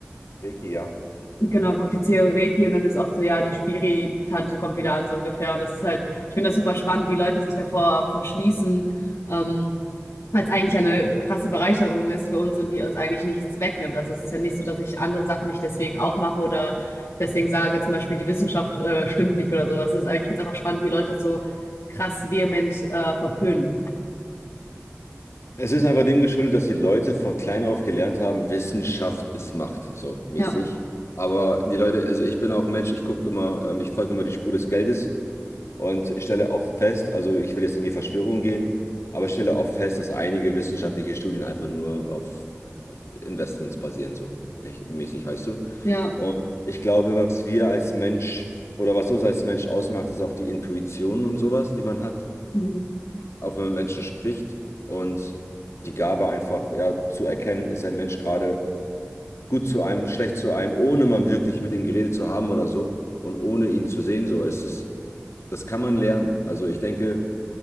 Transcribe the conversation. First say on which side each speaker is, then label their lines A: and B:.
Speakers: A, on the left; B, on the left.
A: Reiki, ja.
B: Und Genau, praktiziere Reiki und dann ist oft so, ja, die Spiri-Tante kommt wieder an, so ungefähr. Und das ist halt, ich finde das super spannend, wie Leute sich davor verschließen. Ähm, weil es eigentlich ja eine krasse Bereicherung ist für uns und die uns eigentlich nichts wegnimmt. Also es ist ja nicht so, dass ich andere Sachen nicht deswegen auch mache oder deswegen sage, zum Beispiel die Wissenschaft äh, stimmt nicht oder sowas. Das ist, ich finde es einfach spannend, wie Leute das so krass vehement äh, verpönen.
A: Es ist einfach dem geschuldet, dass die Leute von klein auf gelernt haben, Wissenschaft ist Macht, so mäßig.
B: Ja,
A: Aber die Leute, also ich bin auch ein Mensch, ich gucke immer, ähm, ich folge immer die Spur des Geldes und ich stelle oft fest, also ich will jetzt nicht in die Verschwörung gehen, aber ich stelle oft fest, dass einige wissenschaftliche Studien einfach nur auf Investments basieren, so tech- mäßig, weißt du?
B: ja,
A: Und ich glaube, was wir als Mensch oder was uns als Mensch ausmacht, ist auch die Intuition und sowas, die man hat
B: mhm.
A: auch wenn man mit Menschen spricht und die Gabe einfach ja, zu erkennen, ist ein Mensch gerade gut zu einem, schlecht zu einem, ohne man wirklich mit ihm geredet zu haben oder so und ohne ihn zu sehen. So, es ist, das kann man lernen. Also ich denke,